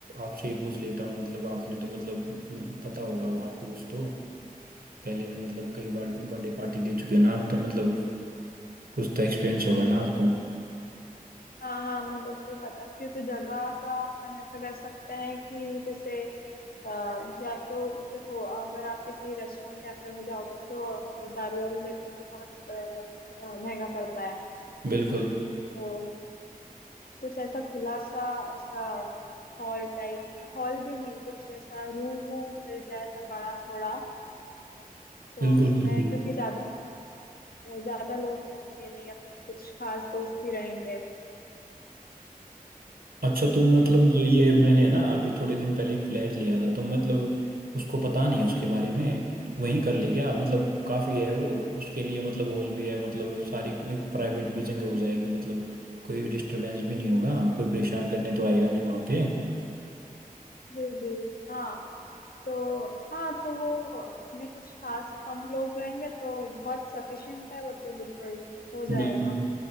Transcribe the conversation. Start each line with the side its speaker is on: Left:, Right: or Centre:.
Right: आपसे ही पूछ लेता हूँ मतलब आपने तो मतलब पता होगा आपको कुछ तो पहले भी मतलब कई बार बर्थडे पार्टी दे चुके हैं ना आप तो मतलब कुछ तो एक्सपीरियंस होगा ना आपको
Left: हाँ हाँ मैं बिल्कुल बताती हूँ तो जगह का अपन ऐसा कर सकते हैं कि जैसे अ, या तो देखो अगर आप किसी रेस्टोरेंट कैफे में जाओगे तो दारू वारू लेते हैं तो बहुत अ, अ, महंगा पड़ता है
Right: बिल्कुल
Left: तो कुछ ऐसा खुला सा ऐसा हॉल टाइप हॉल भी नहीं कुछ ऐसा रूम वूम मिल जाए ऐसा बड़ा थोड़ा तो
Right: बिल्कुल
Left: उसमें
Right: बिल्कुल
Left: क्योंकि ज्यादा ज्यादा लोग रहेंगे नहीं अपने कुछ खास दोस्त भी रहेंगे
Right: अच्छा तुम
Left: तो
Right: मतलब
Left: मैं
Right: ये
Left: ये सोच
Right: मैंने ना अभी थोड़े दिन पहले एक फ्लैट लिया था तो मतलब उसको पता नहीं उसके बारे में वहीं कर ले क्या मतलब काफी है वो उसके लिए मतलब हॉल भी है मतलब सारी एक प्राइवेट भी जगह हो जाएगी मतलब कोई डिस्टरबेंस भी नहीं होगा कोई परेशान करने तो आएगा नहीं वहां पे
Left: जी जी हाँ तो हाँ तो वो अपने कुछ खास कम लोग रहेंगे तो बहुत सफिशिएंट है वो तो बिल्कुल हो जाएगा
Right: बिल्कुल